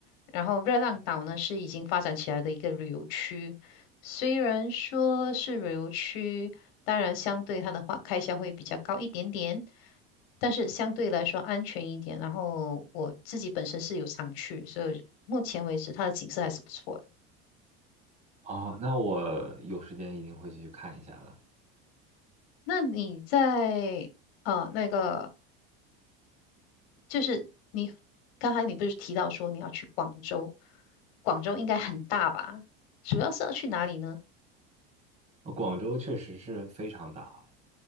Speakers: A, on the left; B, on the right.
A: 然后热浪岛呢是已经发展起来的一个旅游区，虽然说是旅游区，当然相对它的话开销会比较高一点点，但是相对来说安全一点。然后我自己本身是有常去，所以目前为止它的景色还是不错的。
B: 哦，那我有时间一定会去看一下的。
A: 那你在呃那个，就是你刚才你不是提到说你要去广州，广州应该很大吧？主要是要去哪里呢？
B: 呃广州确实是非常大了，